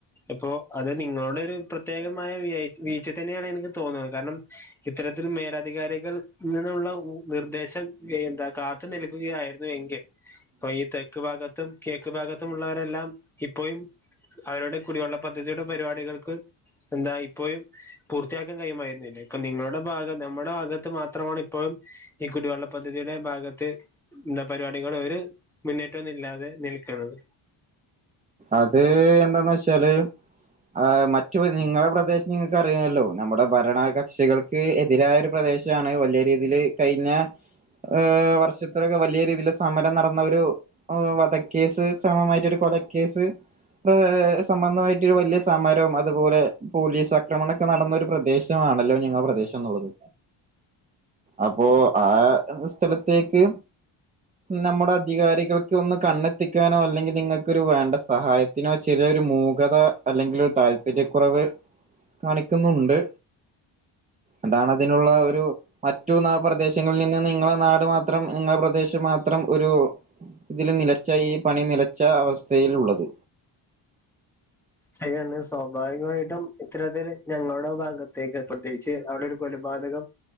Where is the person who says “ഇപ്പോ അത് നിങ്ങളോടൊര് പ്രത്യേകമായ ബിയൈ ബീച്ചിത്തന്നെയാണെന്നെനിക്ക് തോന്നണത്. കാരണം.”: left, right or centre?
Centre